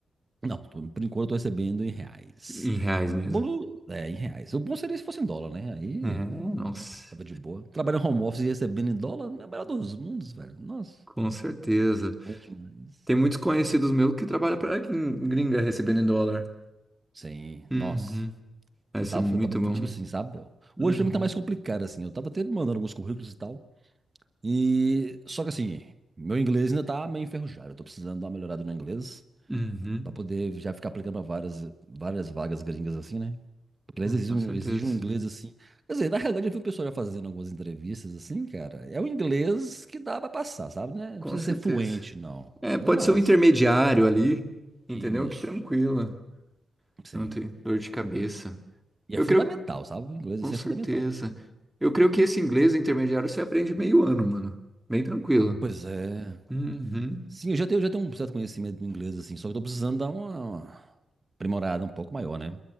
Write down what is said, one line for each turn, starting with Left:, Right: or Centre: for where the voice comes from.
Right: Não, tô- por enquanto eu tô recebendo em reais.
Centre: Em reais mesmo.
Right: Bolo, é, em reais. O bom seria se fosse em dólar, né? Aí
Centre: É, nossa,
Right: ah, tava de boa. Trabalhando home office e recebendo em dólar, é o melhor dos mundos, velho. Nossa,
Centre: com certeza.
Right: bom demais.
Centre: Tem muitos conhecidos meus que trabalham para gringa recebendo em dólar.
Right: Sim,
Centre: Uhum.
Right: nossa.
Centre: Vai
Right: Eu
Centre: ser
Right: tava,
Centre: muito
Right: eu tava tipo
Centre: bom.
Right: assim, sabe? Eu-
Centre: Uhum.
Right: Hoje pra mim tá mais complicado, assim. Eu tava até mandando alguns currículos e tal. E só que assim, meu inglês ainda tá meio enferrujado. Eu tô precisando dar uma melhorada no inglês
Centre: Uhum.
Right: pra poder já ficar aplicando pra várias, várias vagas gringas assim, né? Porque eles
Centre: Ah,
Right: exigem
Centre: com
Right: um,
Centre: certeza.
Right: exige um inglês assim. Quer dizer, na realidade eu vi o pessoal já fazendo algumas entrevistas assim, cara. É o inglês que dá pra passar, sabe, né?
Centre: Com
Right: Não precisa
Centre: certeza.
Right: ser fluente, não.
Centre: É,
Right: Mas
Centre: pode
Right: é massa.
Centre: ser um intermediário ali, entendeu?
Right: Isso,
Centre: Que tranquila,
Right: sim.
Centre: não tem dor de cabeça.
Right: E
Centre: Eu
Right: é fundamental,
Centre: creio,
Right: sabe? O inglês
Centre: com
Right: assim,
Centre: certeza.
Right: é fundamental.
Centre: Eu creio que esse inglês intermediário você aprende meio ano, mano. Bem tranquilo.
Right: Pois é.
Centre: Uhum.
Right: Sim, eu já tenho, já tenho um certo conhecimento do inglês assim, só que eu tô precisando dar uma uma aprimorada um pouco maior, né?